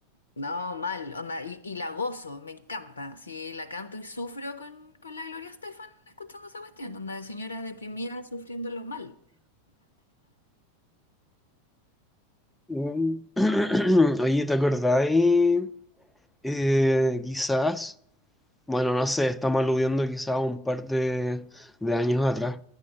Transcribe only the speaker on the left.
no, mal, onda, y, y la gozo, me encanta. Si la canto y sufro con, con la Gloria Estefan escuchando esa cuestión, onda de señora deprimida sufriéndolo mal.